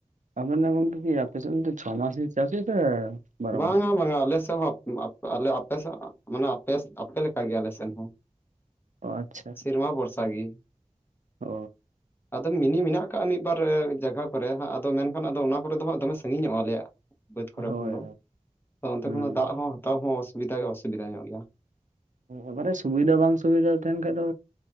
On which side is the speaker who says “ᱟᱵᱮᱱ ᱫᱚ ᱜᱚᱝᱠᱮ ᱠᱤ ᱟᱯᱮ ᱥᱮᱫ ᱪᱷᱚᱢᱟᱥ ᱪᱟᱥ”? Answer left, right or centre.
Right